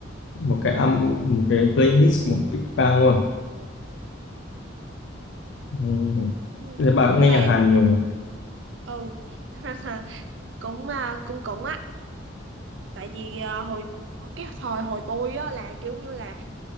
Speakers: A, on the left; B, on the right.
A: một cái âm một cái playlist một big bang luôn ừ.
B: ừ,
A: Thế bà
B: nhưng
A: cũng nghe
B: mà
A: nhạc Hàn nhiều nhỉ
B: ừ <laughs> cũng à, cũng cũng á tại vì à, hồi cái thời hồi tôi á là kiểu như là